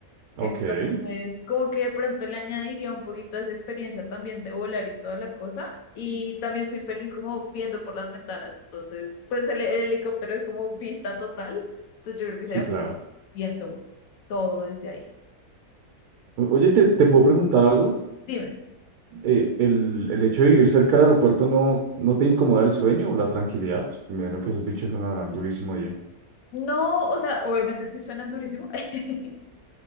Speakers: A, on the right; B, on the left.
A: ok,
B: Entonces, como que de pronto le añadiría un poquito de esa experiencia también de volar y toda la cosa. Y también soy feliz como viendo por las ventanas. Entonces, pues el, el helicóptero es como vista total. Entonces yo creo que
A: sí,
B: sería
A: claro.
B: feliz viendo todo desde ahí.
A: O- Oye, ¿te, te puedo preguntar algo?
B: Dime.
A: Eh, el, el hecho de vivir cerca del aeropuerto no, no te incomoda el sueño o la tranquilidad? Pues, me imagino que esos bichos sonarán durísimo ahí.
B: No, o sea, obviamente sí suenan durísimo. <laughs>